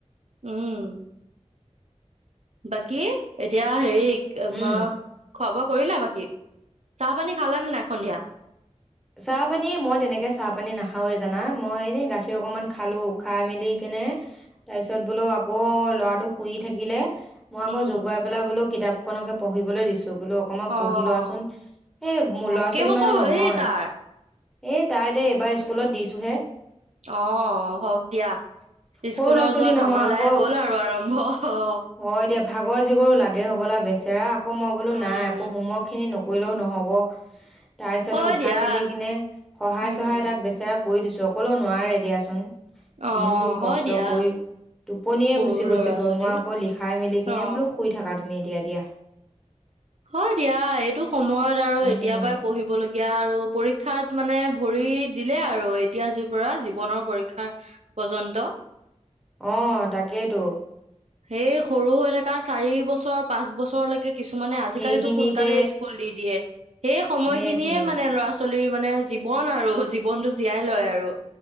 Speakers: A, on the right; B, in the centre.
A: উম! বাকী এতিয়া হেৰি ম
B: উম
A: খোৱা বোৱা কৰিলা বাকী, চাহ পানী খালানে নাই সন্ধিয়া।
B: চাহ -পানী মই তেনেকে চাহ পানী নাখাওৱে জানা মই এনে গাখীৰ অকনমান খালোঁ খাই মেলি কেনে তাৰ পিছত বোলো আকৌ ল'ৰাটো শুই থাকিলে মই আকৌ
A: উম
B: জগুৱাই পেলাই বোলো কিতাপখনকে পঢ়িবলৈ দিছোঁ। বোলো অকমান
A: অ
B: পঢ়ি লোৱাচোন এ মোৰ ল'ৰা-
A: কেইবছৰ
B: ছোৱালী মানুহ
A: হ'ল
B: নহয়।
A: সেই তাৰ
B: এ তাই এতিয়া এইবাৰ স্কুলত দিছোহে।
A: অ হওক দিয়া
B: সৰু
A: স্কুলৰ
B: ল'ৰা ছোৱালী
A: যোৱা
B: নহয়
A: ঝামালাই
B: আকৌ
A: হ'ল আৰু আৰম্ভ অ।
B: হয় দিয়া ভাগৰ জিগৰো লাগে হ'বলা বেচেৰা আকৌ মই বোলো
A: উম
B: নাই আক হোমৱৰ্কখিনি ন নকৰিলেও নহব তাৰপিছতে
A: হয়
B: উঠাই
A: দিয়া
B: মেলি কিনে সহায়
A: উম
B: চহাই তাক বেচেৰা কৰি দিছো অকলো নোৱাৰে দিয়াচোন,
A: অ
B: দিনতটো কষ্ট
A: হয় দিয়া
B: কৰি। টোপনিয়ে
A: সৰু
B: গুচি গৈছেগৈ
A: ল'ৰা ছোৱালী
B: মই আকৌ লিখাই মেলি কিনে
A: অ
B: বোলো শুই থাকা তুমি এতিয়া দিয়া।
A: হয় দিয়া এইটো সময়ত আৰু
B: উম
A: এতিয়াৰ পৰাই পঢ়িবলগীয়া আৰু পৰীক্ষাত মানে ভৰি দিলে আৰু এতিয়া আ যি পৰা জীৱনৰ পৰীক্ষা পৰ্যন্ত।
B: অ তাকেটো।
A: এই সৰু হৈ থকা চাৰি বছৰ পাঁচ বছৰলৈকে কিছুমানে আজিকালিতো
B: সেইখিনিতে
A: সোনকালে স্কুল দি দিয়ে সেই সময়
B: সেইটোৱে
A: খিনিয়ে মানে ল'ৰা -ছোৱালী ছোৱালীৰ মানে জীৱন আৰু জীৱনটো জীয়াই লয় আৰু।